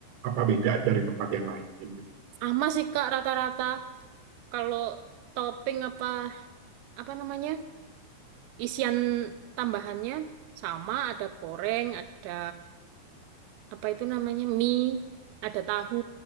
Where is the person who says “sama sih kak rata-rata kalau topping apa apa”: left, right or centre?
Right